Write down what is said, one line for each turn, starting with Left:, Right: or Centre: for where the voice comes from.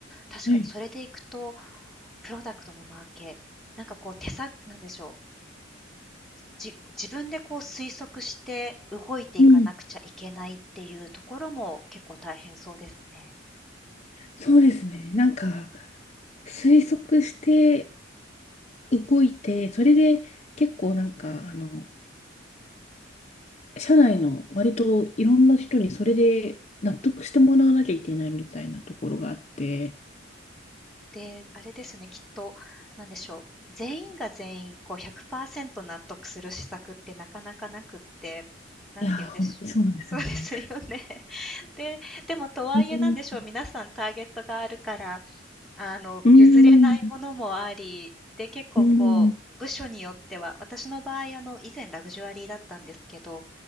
Centre: 確かにそれでいくと、
Left: はい、
Centre: プロダクトのマーケ、なんかこう手さ、なんでしょう、じ自分でこう推測して動いていかなくちゃいけないっていうところも結構大変そうですね。
Left: うん、そうですね。なんか、推測して動いて、それで結構なんか、あの、社内の割といろんな人にそれで納得してもらわなきゃいけないみたいなところがあって、
Centre: で、あれですよね、きっと、なんでしょう、全員が全員こう100%納得する施策ってなかなかなくって、なんて言うんでしょう。
Left: いやー、本当にそうなんですよね。
Centre: <laughs> そうですよね。<laughs> で、でもとはいえなんでしょう、
Left: うん、
Centre: 皆さんターゲットがあるから、あの、
Left: うん、
Centre: 譲れないものもあり、で、結構こう、
Left: うん
Centre: 部署によっては、私の場合、あの、以前ラグジュアリーだったんですけど、